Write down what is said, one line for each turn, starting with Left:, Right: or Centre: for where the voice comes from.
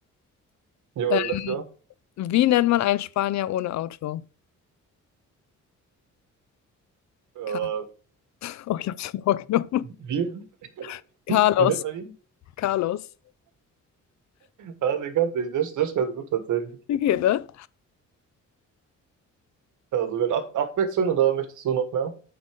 Right: Jo,
Left: Äh,
Right: let's go.
Left: wie nennt man einen Spanier ohne Auto?
Right: Äh,
Left: Car <laughs> oh, ich habe schon vorgenommen.
Right: wie,
Left: <laughs> Carlos.
Right: wie nennt man ihn?
Left: Carlos.
Right: Ah, den kannte ich. Der ist der ist ganz gut tatsächlich.
Left: Okay, ne?
Right: Also wir ab abwechseln oder möchtest du noch mehr?